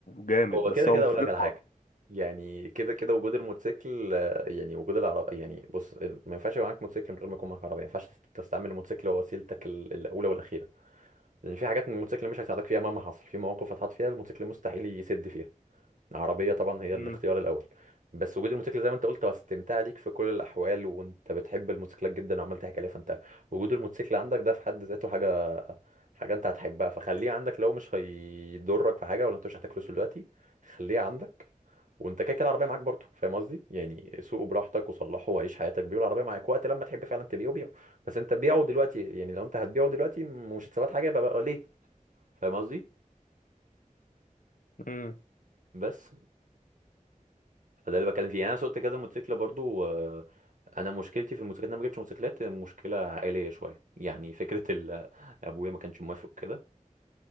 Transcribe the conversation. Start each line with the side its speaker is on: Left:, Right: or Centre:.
Left: جامد
Right: هو
Left: بس
Right: كده
Left: هو
Right: كده
Left: مختلف
Right: اقول لك على حاجه
Left: خالص
Right: يعني كده كده وجود الموتوسيكل آه، يعني وجود العربية يعني بص ال- ما ينفعش يبقى معاك موتوسيكل من غير ما يكون معاك عربية ما ينفعش تست- تستعمل الموتوسيكل هو وسيلتك ال- الأولى والأخيرة لان في حاجات الموتوسيكل مش هيساعدك فيها مهما حصل في مواقف هتحط فيها الموتوسيكل مستحيل يسد فيها العربيه طبعا هي
Left: مم.
Right: الاختيار الاول بس وجود الموتوسيكل زي ما انت قلت هو استمتاع ليك في كل الاحوال وانت بتحب الموتوسيكلات جدا وعمال تحكي عليها فانت وجود الموتوسيكل عندك ده في حد ذاته حاجه حاجه انت هتحبها فخليه عندك لو مش هيضرك في حاجه ولا انت مش محتاج فلوس دلوقتي خليه عندك وانت كده كده العربيه معاك برضه فاهم قصدي يعني سوقه براحتك وصلحه وعيش حياتك بيه والعربيه معاك وقت لما تحب فعلا تبيعه بيعه بس انت بيعه دلوقتي يعني لو انت هتبيعه دلوقتي مش هتثبت حاجه يبقى ليه فاهم قصدي
Left: مم.
Right: بس فده اللي بتكلم فيه يعني انا سوقت كذا موتوسيكل برضو آه، انا مشكلتي في الموتوسيكلات إن انا ما جبتش موتوسيكلات مشكله عائليه شويه يعني فكره ال... <laughs> ابويا ما كانش موافق كده